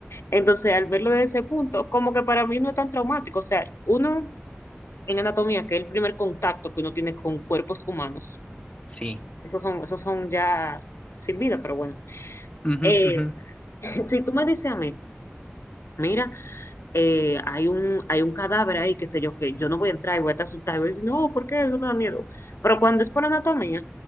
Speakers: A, on the left; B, on the left.
A: Entonces, al verlo desde ese punto, como que para mí no es tan traumático. O sea, uno en anatomía, que es el primer contacto que uno tiene con cuerpos humanos
B: Sí.
A: esos son, esos son ya sin vida, pero bueno.
B: Ujú,
A: Eh,
B: ujú.
A: <laughs> si tú me dices a mí, mira, eh, hay un, hay un cadáver ahí, qué sé yo, que yo no voy a entrar y voy a estar asustada, y voy a decir, no, ¿por qué? Eso me da miedo. Pero cuando es por anatomía,